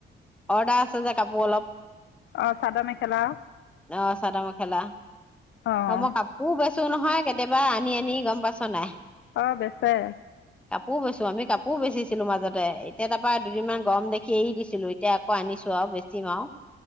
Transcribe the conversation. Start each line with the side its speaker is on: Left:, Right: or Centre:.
Centre: অৰ্ডাৰ আছে যে কাপোৰ অলপ
Left: অঁ চাদৰ মেখেলা
Centre: অ চাদ মেখেলা
Left: অঁ
Centre: অ মোৰ কাপোৰ বেছ ছো নহয় কেতিয়াবা আনি আনি গম পাইছ নাই
Left: অঁ বেচে
Centre: কাপোৰ বৈছো আমি কাপোৰ বেচিছো ছিলো মাজতে এ তাৰ পৰা দুদিনমান গৰম দেখি এৰি দিছিলো এতিয়া আকৌ আনিছো আৰু বেছিম আৰু